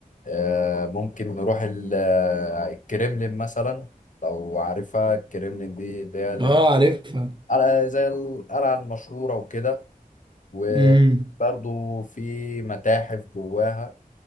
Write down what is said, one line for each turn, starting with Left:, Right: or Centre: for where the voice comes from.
Left: آه ممكن نروح ال- آه، الكريملين مثلا لو عارفها الكريملين دي اللي هي اللي
Right: آه عارفها
Left: قلعة- زي القلعة المشهورة وكده وبرضو
Right: مم.
Left: في متاحف جواها